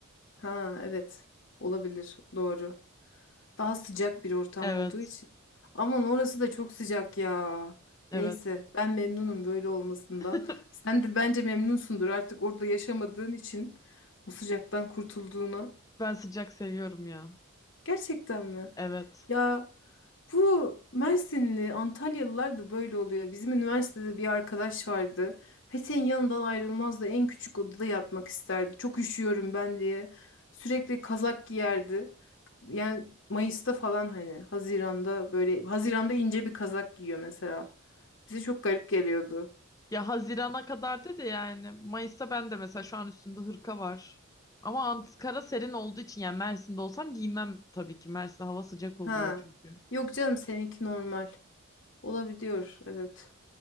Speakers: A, on the left; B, on the left.
A: Ha evet. Olabilir. Doğru. Daha sıcak bir ortam
B: Evet.
A: olduğu için. Aman orası da çok sıcak ya.
B: Evet.
A: Neyse ben memnunum böyle olmasından.
B: <laughs>
A: Sen de bence memnunsundur artık orada yaşamadığın için o sıcaktan kurtulduğuna.
B: Ben sıcak seviyorum ya.
A: Gerçekten mi?
B: Evet.
A: Ya bu Mersinli, Antalyalılar da böyle oluyor. Bizim üniversitede bir arkadaş vardı. Peteğin yanından ayrılmazdı. En küçük odada yatmak isterdi. Çok üşüyorum ben diye. Sürekli kazak giyerdi. Yani Mayıs'ta falan hani Haziran'da böyle Haziran'da ince bir kazak giyiyor mesela. Bize çok garip geliyordu.
B: Ya Haziran'a kadar dedi yani. Mayıs'ta ben de mesela şu an üstümde hırka var. Ama Ankara serin olduğu için yani Mersin'de olsam giymem tabii ki. Mersin'de hava sıcak oluyor
A: Ha.
B: çünkü.
A: Yok canım seninki normal. Olabiliyor evet.